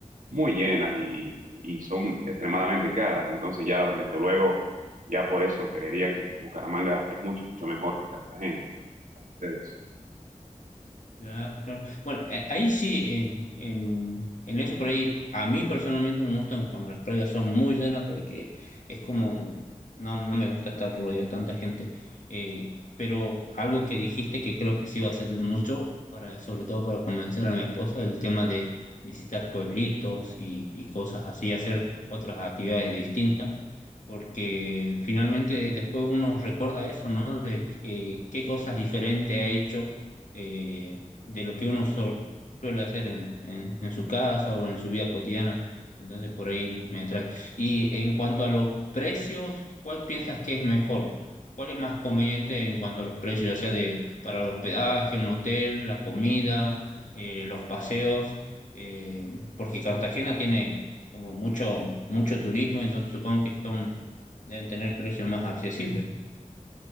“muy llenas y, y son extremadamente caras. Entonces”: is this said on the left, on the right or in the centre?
Right